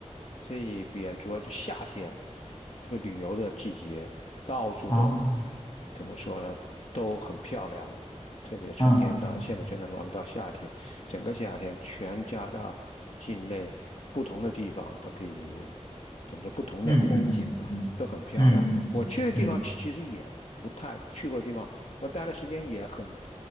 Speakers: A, on the left (about 65°); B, on the left (about 35°).
A: 这一边，主要就夏天这个旅游的季节，到处都
B: 哦，
A: 怎么说呢，都很漂亮。特别春天到现在，
B: 嗯嗯嗯
A: 正天慢慢到夏天，整个夏天全加拿大境内不同的地方都可以怎么说，不同的风景吧，
B: 嗯嗯嗯嗯嗯嗯嗯。
A: 都很漂亮。
B: 嗯嗯
A: 我去的地方其其实也不太去过的地方，我待的时间也很